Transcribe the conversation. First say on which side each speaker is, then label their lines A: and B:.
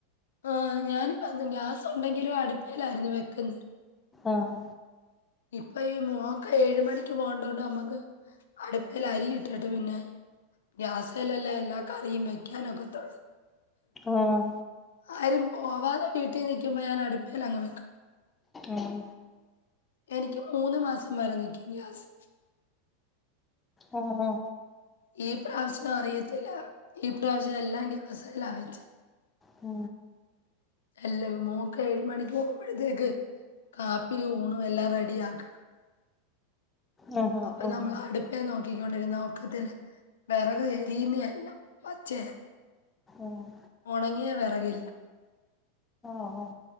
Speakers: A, on the left; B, on the left.
A: ആ ഞാനി ഗ്യാസ് ഉണ്ടെങ്കിലും അടുപ്പയിലായിരുന്നു വെക്കുന്നത്.
B: ആഹ
A: ഇപ്പൊ ഈ മക്ക ഏഴ മണിക്ക് പോകണ്ടോണ്ട് നമ്മുക്ക് അടുപ്പൽ അരിയിട്ടു ഇട്ടിട്ട് പിന്നെ ഗ്യാസലല്ലാം എല്ലാ കറും വെക്കാനൊക്കെതൊള്ളൂ.
B: ആഹ
A: ആരും പോവാതെ വീട്ടിൽ നിൽക്കുമ്പോ ഞാൻ അടുപ്പൽ അങ്ങ് വെക്കും.
B: ഉം
A: എനിക്ക് മൂന്ന് മാസം വരെ നില്ക്കും ഗ്യാസ്.
B: ആഹ ആഹ
A: ഈ പ്രാവശ്യം അറിയത്തില്ല ഈ പ്രാവശ്യം എല്ലാം ഗ്യസല്ല വെച്ച്
B: ആ
A: എല്ല മോക്ക് ഏഴ് മണിക്ക് പോകുമ്പോഴത്തേക്ക് കാപ്പിയും ഊണും എല്ലാം റെഡി ആക്കണം
B: ആഹ് ആഹ്
A: അപ്പൊ
B: ആഹ്
A: നമ്മൾ അടുപ്പാ നോക്ക ണ്ടിരുന്ന നോക്കത്തില് വിറക് എരിയുന്ന എല്ല പച്ചേ
B: ആഹ്
A: ഉണങ്ങിയാ വിറകില്ല
B: ആഹ്